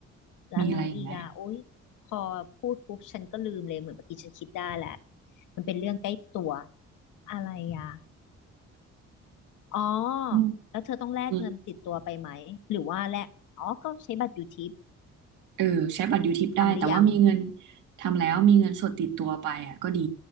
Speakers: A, on the left; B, on the right.
A: แล้วอะไรอีกอ่ะโอ๊ยพอพูดปุ๊บฉันก็ลืมเลยเหมือนเมื่อกี้ฉันคิดได้แหละ
B: มีอะไรอีกไหม
A: มันเป็นเรื่องใกล้ตัว อะไรอ่ะอ๋อ
B: อืม
A: แล้วเธอต้องแลกเงินติดตัวไปไหม
B: อืม
A: หรือว่าแลกอ๋อก็ใช้บัตรยูทิป
B: เออใช้บัตรยูทิปได้
A: ทำหรือยัง
B: แต่ว่ามีเงินทำแล้วมีเงินสดติดตัวไปอ่ะก็ดี